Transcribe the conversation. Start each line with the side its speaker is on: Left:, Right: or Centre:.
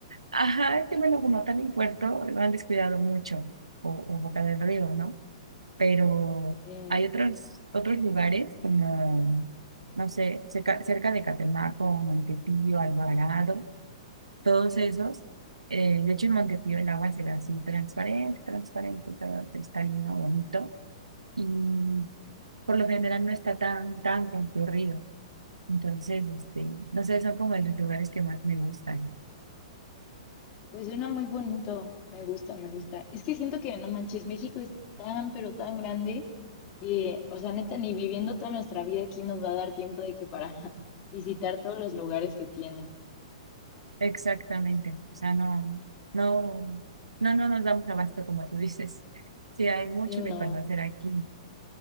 Right: Ajá, es que bueno, como tal en Puerto, lo han descuidado mucho, o, o Boca del Río, ¿no? pero
Left: <laughs>
Right: hay otros, otros lugares como, no sé, cerca, cerca de Catemaco, Montepío, Alvarado, todos esos. eh, de hecho, en Montepío el agua se ve así transparente, transparente, todo cristalino, bonito, y por lo general no está tan, tan concurrido. Entonces, este, no sé, son como de los lugares que más me gustan.
Left: Pues suena muy bonito, me gusta, me gusta. Es que siento que, no manches, México es tan, pero tan grande que, o sea, neta, ni viviendo toda nuestra vida aquí nos va a dar tiempo de que para <laughs> visitar todos los lugares que tiene.
Right: Exactamente. O sea, no, no, no, no nos damos abasto como tú dices. Sí, hay mucho
Left: Sí, no.
Right: que conocer aquí